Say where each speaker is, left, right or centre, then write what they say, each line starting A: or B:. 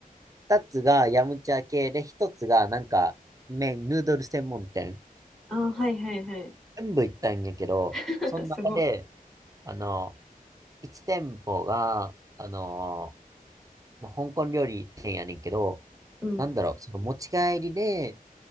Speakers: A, on the right (about 25°); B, in the centre.
A: 2つがヤムチャ系で、1つがなんか麺、ヌードル専門店。
B: ああ、はいはいはい。
A: 全部行ったんやけど、
B: <laughs>
A: その中で、
B: すごい。
A: あの、1店舗が、あの、まあ香港料理店やねんけど、
B: うん。
A: なんだろう、その持ち帰りで、